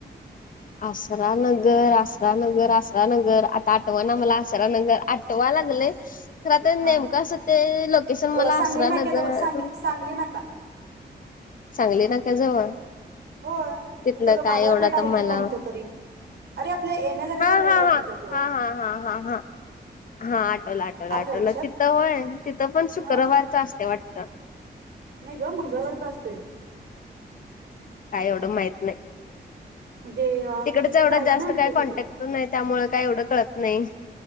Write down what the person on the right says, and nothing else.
हा
अ,
सांगली
नाक्याजवळ
सांग सांगली नाका
होय
तिथं ग
बाजारपेठ
आहे
की कोणतं तरी? अरे! आपल्या येण्या जाण्याचा
रोड
आहे की
गं तो
आलं लक्षात
हा
नाही गं मंगळवारचा असतोय.
म्हणजे अ,
तिथंच
आहेत
ना आमचे
सासरे